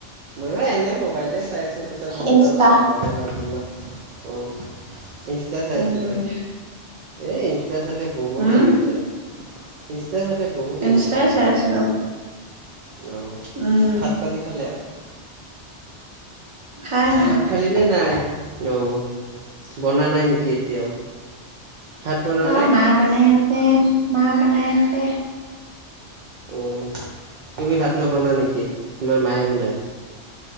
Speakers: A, on the right (about 55°); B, on the right (about 30°).
A: ময়ো এনে মোবাইলে চাই পিছত ভাবিলে
B: ইনষ্টা
A: অলপ খবৰে লওঁ তোমাৰ, অ', ইনষ্টা চাই
B: উম
A: আছিলে? এই ইনষ্টা চালে বহুত
B: উম
A: এম বি যায়। ইচ ষ্টা চালে বহুত
B: ইনষ্টাই
A: এম বি যায়।
B: চাই আছিলো
A: হেলো
B: উম
A: ভাত পানী খালে?
B: খাই নাই
A: ভাত খালি নে নাই? অ', বনা নাই নেকি এতিয়াও? ভাত বনা
B: অ
A: নাই
B: মা বনাই এ মা বনাই আছ এ <unintelligible>
A: অঁ তুমি ভাত নবনা নেকি তোমাৰ মায়ে বনায়